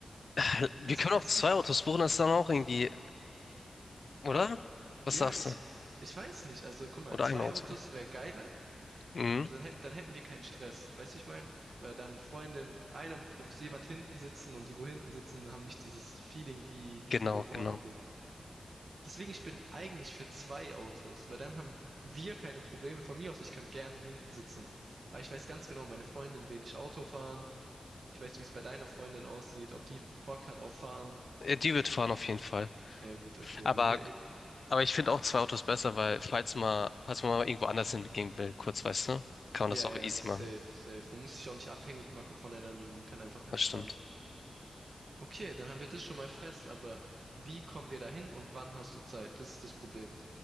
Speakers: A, on the left; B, on the right.
A: Äh, Wir
B: Weißt,
A: können
B: weißt
A: auch zwei
B: du, wie ich meine?
A: Autos buchen, das ist dann auch irgendwie,
B: Aber
A: oder? Was
B: ja,
A: sagst
B: ich,
A: du?
B: ich weiß nicht. Also, guck mal,
A: Oder
B: zwei
A: ein Auto?
B: Autos wäre geiler.
A: Mhm.
B: Also, dann, hätt- dann hätten wir keinen Stress. Weißt du, wie ich meine? Weil dann Freundin, einer, da muss jemand hinten sitzen und die, wo hinten sitzen, haben nicht dieses Feeling, die, wie
A: Genau,
B: die, wo vorne
A: genau.
B: sind. Deswegen, ich bin eigentlich für zwei Autos, weil dann haben wir keine Probleme. Von mir aus, ich könnte gerne hinten sitzen. Aber ich weiß ganz genau, meine Freundin will nicht Auto fahren. Ich weiß, wie es bei deiner Freundin aussieht, ob die Bock hat auf Fahren.
A: Äh, Die wird fahren auf jeden Fall.
B: Ja gut, okay,
A: Aber,
B: bei mir,
A: aber ich finde auch zwei Autos besser, weil falls mal, falls man mal irgendwo anders hingehen will, kurz, weißt du, kann
B: ja,
A: man das auch
B: ja,
A: easy
B: safe,
A: machen.
B: safe. Man muss sich auch nicht abhängig machen voneinander, man kann einfach entspannt.
A: Das stimmt.
B: Okay, dann haben wir das schon mal fest, aber wie kommen wir dahin und wann hast du Zeit? Das ist das Problem.